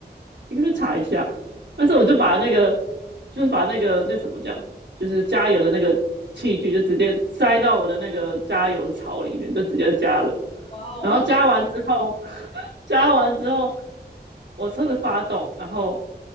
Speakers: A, on the right; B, on the left.
A: 你可不可以查一下？但是我就把那个就是把那个那个什么讲，就是加油的那个器具，就直接塞到我的那个加油槽里面，就直接加了。
B: 哇哦，
A: 然后加完之后，
B: <laughs>
A: <laughs> 加完之后，我车子发动，然后